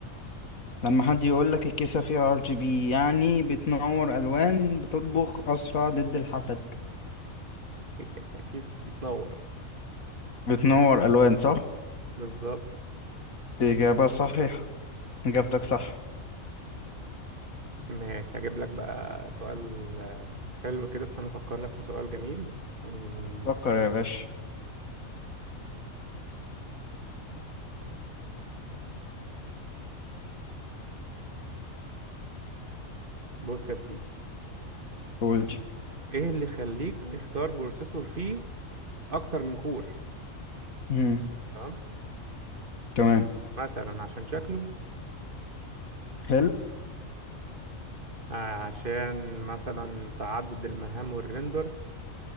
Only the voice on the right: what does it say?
<laughs> أكيد بتنور
بالظبط
ماشي هجيب لك بقى سؤال آه، حلو كده استنى أفكر لك في سؤال جميل مم،
بص يا سيدي
إيه اللي يخليك تختار بروسيسور فيه أكتر من كور
تمام
مثلا عشان شكله
آه، عشان مثلا تعدد المهام والريندر